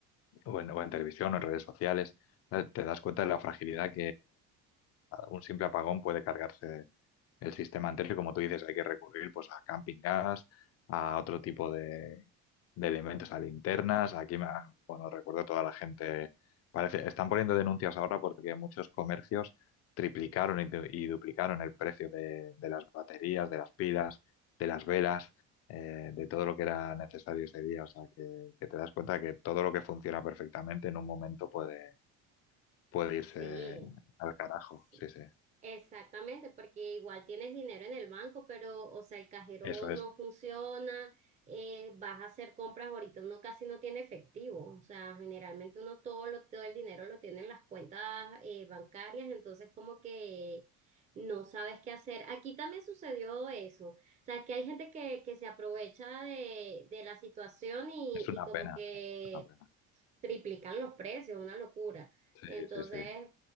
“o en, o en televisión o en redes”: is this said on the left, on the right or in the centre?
Left